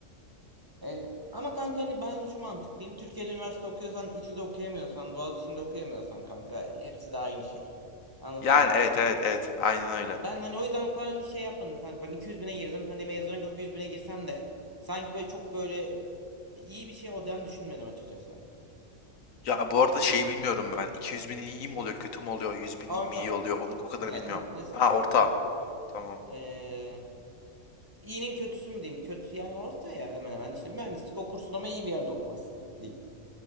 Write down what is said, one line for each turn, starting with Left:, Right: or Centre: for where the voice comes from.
Right: E, ama kanka hani ben şu mantıktayım. Türkiye'de üniversite okuyorsan, İTÜ'de okuyamıyorsan, Boğaziçi'nde okuyamıyorsan kanka hepsi de aynı şey. Anladın
Left: Yani
Right: mı?
Left: evet evet evet aynen öyle.
Right: Ben hani o yüzden o kadar hani şey yapmadım kanka. Ben 200 bine girdim. Hani mezuna kalıp 100 bine girsem de sanki böyle çok böyle iyi bir şey olacağını düşünmedim açıkçası.
Left: Ya bu arada şey bilmiyorum ben. 200 bin iyi mi oluyor kötü mü oluyor? 100 bin
Right: Orta.
Left: mi iyi oluyor? Onu o kadarını
Right: Ya
Left: bilmiyorum.
Right: kanka nasıl
Left: Ha
Right: diyeyim
Left: orta.
Right: sana?
Left: Tamam.
Right: Ee, iyinin kötüsü mü diyeyim? Kötü yani orta ya hemen hemen. İşte mühendislik okursun ama iyi bir yerde okumazsın diyeyim.